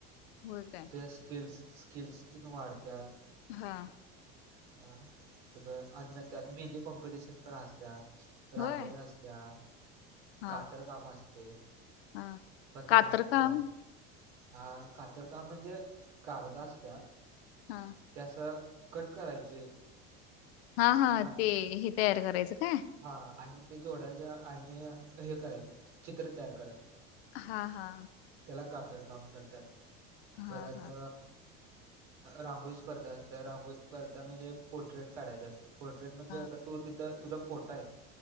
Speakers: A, on the left; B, on the right.
A: होय काय.
B: आपल्या स्किल्स, स्किल्स तिन वाढत्यात.
A: हा.
B: अ सगळंत अन् म त्यात मेहंदी कॉम्पिटिशन पण असत्या रांगोळी
A: होय
B: असत्या त्या
A: हा
B: कातरकाम असते
A: हा
B: पथनाट्य
A: कातर काम
B: हा कातर काम म्हणजे कागदा असत्या
A: हा.
B: ते अस कट करायचे
A: हा, हा,
B: आ-
A: ते हे तयार करायचं काय?
B: हा आणि ते जोडायचं आणि हे करायचं चित्र तयार करायचं.
A: हा, हा,
B: त्याला कातरकाम करतात.
A: हा
B: परत
A: हा
B: रांगोळी स्पर्धा असतय रांगोळी स्पर्धा म्हणजे पोर्ट्रेट काढायच असत पोर्ट्रेट म्हणजे
A: हा
B: आता तू तिथं तुझा फोटो आहे